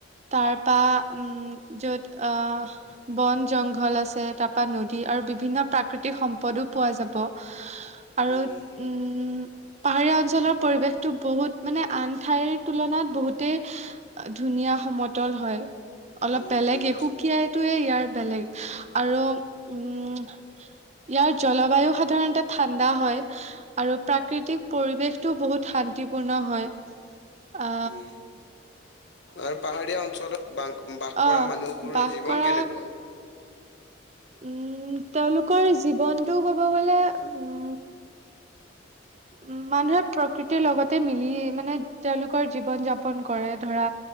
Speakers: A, on the right; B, on the left.
A: তাৰপা উম, য'ত অ'- বন জংঘল আছে, তাৰপা নদ দী আৰু বিভিন্ন প্ৰাকৃতিক সম্ পদো পোৱা যাব আৰু
B: উম
A: উম পাহাৰীয়া অঞ্চলৰ পৰিৱেশটো বহুত। হুত মানে আন ঠাইৰ তুলনাত বহুতেই ধুনীয়া সমতল হয়। অলপ
B: উম
A: বেলেগে
B: উম
A: সুকীয়াটোয়ে ইয়াৰ বেলেগ আৰু উম। ইয়াৰ জলবায়ু সাধাৰণতে ঠাণ্ডা হয় আৰু প্ৰাকৃতিক পৰিবেশতো বহুত শান ন্তিপূৰ্ণ হয় আ।
B: উম। আৰু পাহাৰীয়া অঞ্চলত বাস
A: অ'
B: কৰা মানুহবোৰৰ
A: বাস
B: জীৱন
A: কৰা
B: কেনেকুৱা।
A: উম তেওঁলোকৰ জীৱনটো কব গলে উম।
B: <unintelligible>
A: উ মানুহে প্ৰকৃতিৰ লগতে মিলি মানে তেওঁলোকৰ জীৱন যাপন কৰে ধৰা